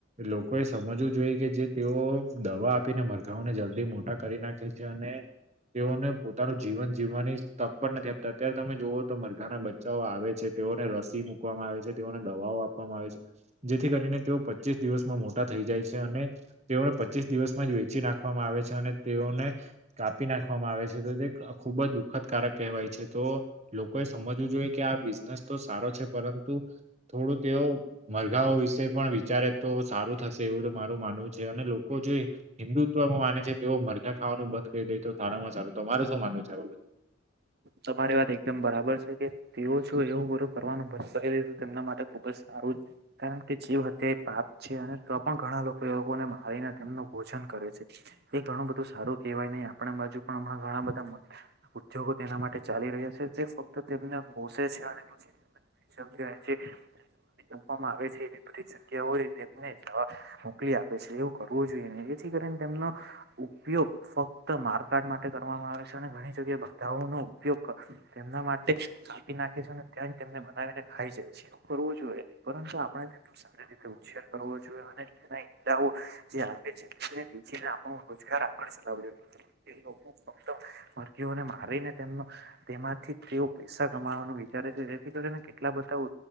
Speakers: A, on the right; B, on the right.
A: લોકો એ સમજવું જોઈએ કે જે તેઓ દવા આપીને મરઘાઓને જલ્દી મોટા કરી નાખે છે અને તેઓને પોતાનું જીવન જીવવાની તક પણ નથી આપતા અત્યારે તમે જુઓ તો મરઘાના બચ્ચાઓ આવે છે તેઓને રસી મુૂકવામાં આવે છે તેઓને દવાઓ આપવામાં આવે છે જેથી કરીને તેઓ પચીસ દિવસમાં મોટા થઈ જાય છે અને તેઓને પચીસ દિવસ જ વેચી નાખવામાં આવે છે અને તેઓને કાપી નાખવામાં આવે છે તો તે ખૂબ જ દુઃખદ કાર કવાય છે તો લોકોએ સમજવું જોઈએ કે આ બિઝનેસ તો સારો છે પરંતુ થોડું તેઓ મરઘાઓ વિશે પણ વિચારે તો સારું થશે એવું મારું માનવું છે અને લો લોકો જે હિન્દુત્વમાં માને છે તેઓ મરઘા ખાવાનું બંધ કે દે તો સારું તો તમારે શું માનવું છે આ બાબત
B: તમારી વાત એકદમ બરાબર છે કે તેવ છું એવું કરવાનું બચાવી તેમના માટે ખુબ જ સારું કારણ કે જીવ હતીયા એ પાપ છે અને તો પણ ઘણા લોકો એ લોકોને મારીને તેમનું ભોજન કરે છે એ ઘણું બધું સારું કેવાય નહી આપણે બાજુ પણ હમણાં ઘણા બધા ઉદ્યોગો તેના માટે ચાલી રહ્યા છે જે ફક્ત તેમનો બસે છે એ સબીજો કયાહે ઠી જે છે વામાં આવે છે એવી બધી જગ્યા હોયને જવા મોકલી આપે એવું કરવું જોઈએને એથી કરીને તેમનો ઉપયોગ ફક્ત મારકાટ માટે કરવામાં આવે છે ઘણી જગ્યા ધાવો નો ઉપયોગ તેમના માટે કાપી નાખે છે અને ત્યાં તેમને બનાવીને ખાઈ જાય છે જોઈએ ન પરંતુ આપણે સારી રીતે ઉછેર કરવો જોઈએ અને હ જે આપે છે તેને નીચને આપણો રોજગાર આપણે ચલાવ્યો એ ફક્મ મર્ગીયોને મારીને તેમનો તેમાંથી તેવ પેસા કમાવાનું વિચારે છે જેથી કરીને કેટલા બધા